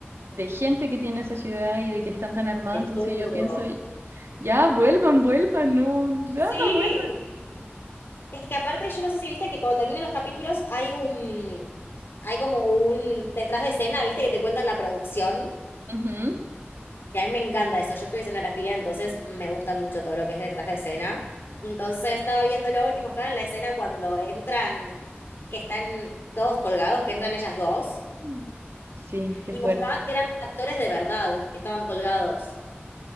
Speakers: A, on the right (about 80°); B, on the left (about 65°).
A: de gente que tiene esa ciudad y de que están tan armados,
B: De
A: entonces
B: todo.
A: yo pienso, ya, vuelvan, vuelvan, no,
B: Sí.
A: ya, vuelvan.
B: Es que aparte, yo no sé si viste que cuando terminan los capítulos hay un, hay como un detrás de escena, viste, que te cuentan la producción,
A: Ujú.
B: que a mí me encanta eso. Yo estudié escenografía, entonces me gusta mucho todo lo que es detrás de escena. Entonces estaba viéndolo y mostraron la escena cuando entran, que están todos colgados, que entran ellas dos,
A: Mm. Sí, qué
B: y
A: fuerte.
B: mostraban que eran actores de verdad, que estaban colgados.